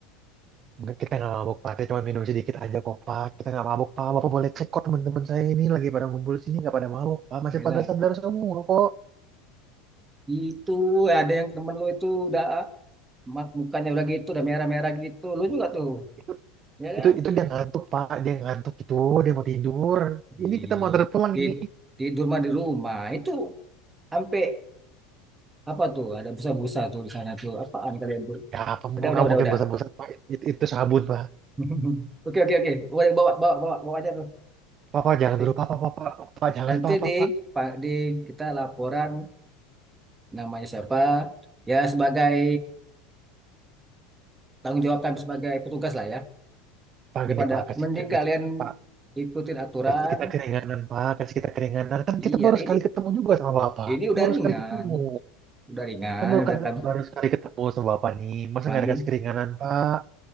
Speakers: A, on the right (about 40°); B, on the right (about 20°).
A: Enggak, kita nggak mabuk, Pak. Kita cuma minum sedikit aja, kok, Pak. Kita nggak mabuk, Pak. Bapak boleh cek kok teman-teman saya ini lagi pada ngumpul sini nggak pada mabuk, Pak. Masih
B: Gila.
A: pada sadar semua, kok.
B: Itu ada yang temen lu itu udah ma- mukanya udah gitu, udah merah-merah gitu. Lu juga tuh,
A: Itu
B: ya
A: itu
B: kan?
A: itu dia ngantuk, Pak. Dia ngantuk itu. Dia mau tidur.
B: Di,
A: Ini kita mau antar pulang
B: di
A: ini.
B: tidur mah di rumah. Itu sampai apa tuh? Ada busa-busa tuh di sana tuh. Apaan kalian tuh?
A: Ya, apa
B: Udah,
A: mau nggak
B: udah, udah,
A: mungkin
B: udah.
A: bosan-bosan Pak? Itu, itu sabun Pak.
B: <laughs> Oke, oke, oke. Boleh bawa, bawa, bawa, bawa aja tuh.
A: Papa jangan
B: Nanti,
A: dulu, Papa, Papa, Pak jangan
B: nanti
A: Pak, Pak,
B: di,
A: Pak.
B: Pak, di kita laporan namanya siapa? Ya sebagai tanggung jawab kami sebagai petugas lah ya.
A: Pak
B: Daripada
A: gini Pak, kasih,
B: mending
A: ke-
B: kalian
A: kasih Pak,
B: ikutin aturan
A: kasih kita keringanan Pak, kasih kita keringanan. Kan
B: Iya,
A: kita baru
B: ini
A: sekali ketemu juga sama Bapak.
B: ini
A: Kan
B: udah
A: baru
B: ringan,
A: sekali ketemu.
B: udah ringan,
A: Kan baru,
B: udah
A: kan,
B: kan
A: baru sekali ketemu sama Bapak nih. Masa
B: kambing.
A: nggak dikasih keringanan Pak?